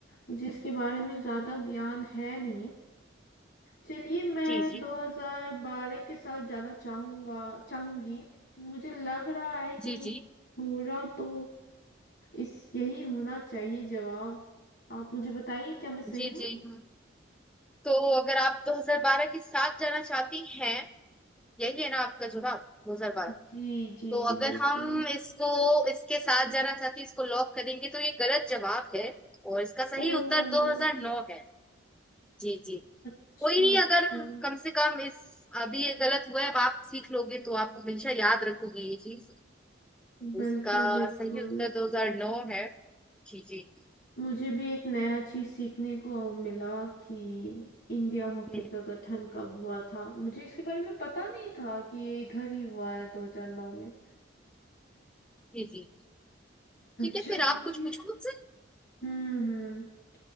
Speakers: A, on the left; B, in the centre.
A: मुझे इसके बारे में ज़्यादा ज्ञान है नहीं चलिए मैं
B: जी जी
A: 2012 के साथ जाना चाहूँगा चाहूँगी मुझे लग रहा है
B: जी
A: कि हो रहा तो इस यही होना चाहिए जवाब आप मुझे बताइए क्या मैं
B: जी
A: सही हूँ
B: जी जी तो अगर आप 2012 के साथ जाना चाहती हैं यही है ना आपका जवाब 2012
A: जी जी
B: तो अगर
A: बिल्कुल
B: हम इसको इसके साथ जाना चाहते हैं इसको लॉक करेंगे तो ये गलत जवाब है और इसका सही
A: ओह
B: उत्तर 2009 है जी जी
A: अच्छा
B: कोई नहीं
A: अच्छा
B: अगर कम से कम इस अभी ये गलत हुआ है अब आप सीख लोगे तो आप हमेशा याद रखोगे ये चीज
A: बिल्कुल
B: इसका
A: बिल्कुल
B: सही उत्तर 2009 है जी जी
A: मुझे भी एक नया चीज सीखने को मिला कि इंडिया हॉकी
B: हम्म,
A: का गठन कब हुआ था मुझे इसके बारे में पता नहीं था कि ये इधर ही हुआ है 2009 में
B: जी जी ठीक है
A: चलिए
B: फिर आप कुछ पूछो मुझसे
A: हम्म हम्म